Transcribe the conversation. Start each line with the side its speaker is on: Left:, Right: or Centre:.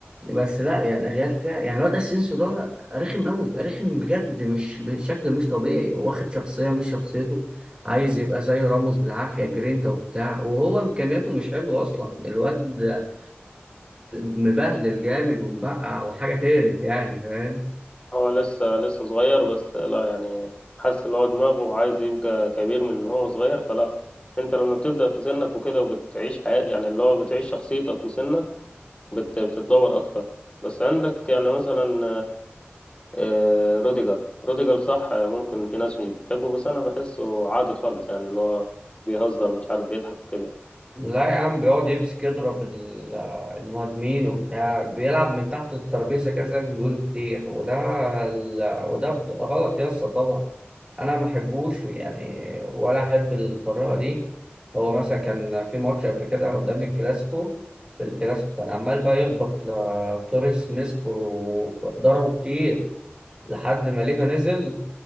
Right: بس لا يعني الريال فيها يعني الواد اسينسيو ده رخم قوي رخم بجد مش بشكل مش طبيعي واخد شخصيه مش شخصيته عايز يبقى زي راموس بالعافيه جرينتا وبتاع وهو امكانياته مش حلوه اصلا الواد ب- مبهدل جامد ومبقع وحاجه تقرف يعني فاهم
Left: هو لسه لسه صغير بس لا يعني حاسس ان هو دماغه عايز يبقى كبير من ان هو صغير فلا انت لما بتبدأ في سنك وكده وبتعيش حياة يعني اللي هو بتعيش شخصيتك وسنك بت... بتتطور اكتر بس عندك يعني مثلا آه، روديجر روديجر صح آه، ممكن في ناس مش بتحبه بس انا بحسه عادي خالص يعني اللي هو بيهزر مش عارف بيضحك وكده
Right: لا يا عم بيقعد يمسك يضرب ال- المهاجمين وبتاع بيلعب من تحت الترابيزه كده زي ما بيقولوا كتير وده ال- وده ب- غلط يا اسطى طبعا انا ما احبوش يعني ولا احب الطريقه دي هو مثلا كان في ماتش قبل كده قدام الكلاسيكو في الكلاسيكو كان عمال بقى يخبط ل- توريس مسك وضربه كتير لحد ما ليفا نزل